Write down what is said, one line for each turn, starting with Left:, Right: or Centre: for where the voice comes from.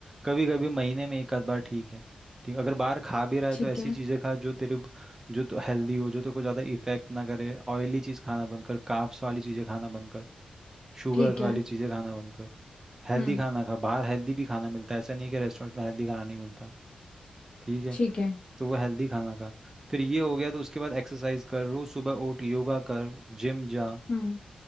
Right: कभी कभी महीने में एक आध बार ठीक है ठीक अगर बाहर खा भी रहा है
Left: ठीक
Right: तो ऐसी
Left: है
Right: चीज़ें खा जो तेरे जो तो हेल्दी हो जो तेरे को ज़्यादा इफेक्ट ना करे ऑयली चीज़ खाना बंद कर कार्ब्स वाली चीज़ें खाना बंद कर शुगर
Left: ठीक
Right: वाली
Left: है
Right: चीज़ें खाना बंद कर हेल्दी
Left: हम्म
Right: खाना खा बाहर हेल्दी भी खाना मिलता है ऐसा नहीं है कि रेस्टोरेंट्स में हेल्दी खाना नहीं मिलता ठीक है
Left: ठीक है
Right: तो वो हेल्दी खाना खा फिर ये हो गया तो उसके बाद एक्सरसाइज कर रोज सुबह उठ योगा कर जिम जा
Left: हम्म